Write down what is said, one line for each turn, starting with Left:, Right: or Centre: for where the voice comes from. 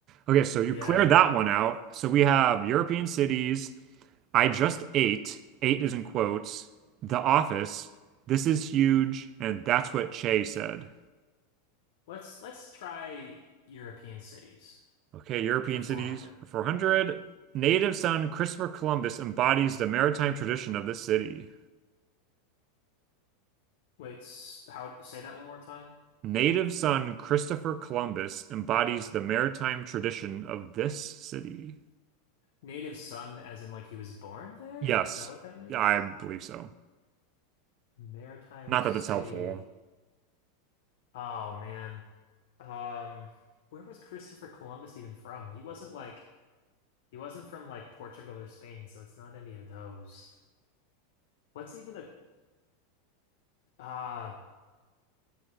Right: Okay, so
Left: Yeah.
Right: you cleared that one out. So we have European cities. I just ate. Eight is in quotes. The Office. This is huge, and that's what Che said.
Left: Let's let's try European cities
Right: Okay, European
Left: for 400.
Right: cities for 400. Native son Christopher Columbus embodies the maritime tradition of this city.
Left: Wait, s- how say that one more time?
Right: Native son Christopher Columbus embodies the maritime tradition of this city.
Left: Native son as in like he was born there?
Right: Yes,
Left: Is that what that means?
Right: I believe so.
Left: Maritime
Right: Not
Left: city.
Right: that that's helpful.
Left: Oh man. Um where was Christopher Columbus even from? He wasn't like he wasn't from like Portugal or Spain, so it's not any of those. What's even a uh